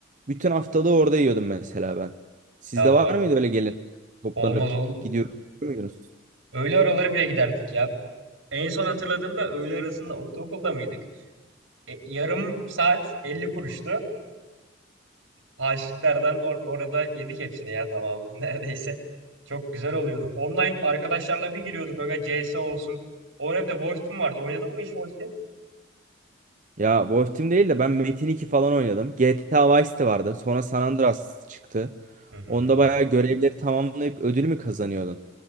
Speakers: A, on the right; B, on the right.
A: Bütün haftalığı orada yiyordum mesela ben. Sizde
B: Ya abi,
A: var mıydı öyle gelin toplanıp
B: olmaz ol.
A: git, gidiyor muydunuz?
B: Öğle araları bile giderdik ya. En son hatırladığımda öğle arasında ortaokulda mıydık? E, yarım saat 50 kuruştu. Haşitlerden or- orada yedik hepsini ya tamamını <laughs> neredeyse. Çok güzel oluyordu. Online arkadaşlarla bir giriyorduk aga CS olsun. Orada bir de Wolfteam vardı. Oynadın mı hiç Wolfteam?
A: Ya bu Team değil de ben Metin 2 falan oynadım. GTA Vice de vardı. Sonra San Andreas çıktı.
B: Hı hı.
A: Onda bayağı görevleri tamamlayıp ödül mü kazanıyordun?